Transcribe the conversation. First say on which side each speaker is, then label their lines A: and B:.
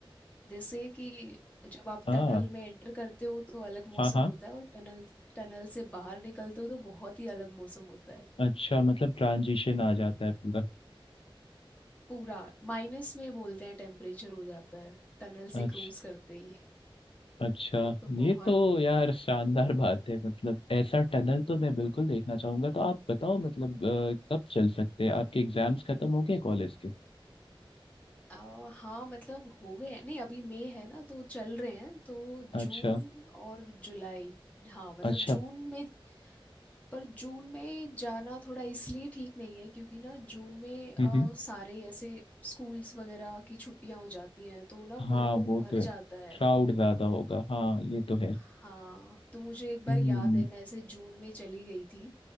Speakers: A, on the left; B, on the left.
A: जैसे कि जब आप
B: हाँ
A: टनल में एंटर करते हो तो अलग मौसम
B: हाँ हाँ
A: होता है और टनल टनल से बाहर निकलते हो तो बहुत ही अलग मौसम होता है
B: अच्छा मतलब ट्रांजिशन आ जाता है पूरा
A: पूरा माइनस में बोलते हैं टेम्परेचर हो जाता है टनल से
B: अच्छा
A: क्रॉस करते ही
B: अच्छा
A: तो बहुत
B: ये तो यार शानदार बात है मतलब ऐसा टनल तो मैं बिल्कुल देखना चाहूंगा तो आप बताओ मतलब अ, कब चल सकते हैं आपके एग्जाम्स खत्म हो गए कॉलेज के
A: आ, हाँ मतलब हो गए हैं नहीं अभी मई है ना तो चल रहे हैं तो
B: अच्छा
A: जून और जुलाई हाँ मतलब
B: अच्छा
A: जून में पर जून में जाना थोड़ा इसलिए ठीक नहीं है क्योंकि ना जून में
B: हम्म
A: आ,
B: हम्म।
A: सारे ऐसे स्कूल्स वगैरह की छुट्टियां हो जाती हैं तो ना
B: हाँ
A: पूरा वो
B: वो
A: भर
B: तो है
A: जाता है
B: क्राउड ज्यादा होगा हाँ ये तो है
A: हाँ तो मुझे एक बार
B: हम्म
A: याद है मैं ऐसे जून में चली गई थी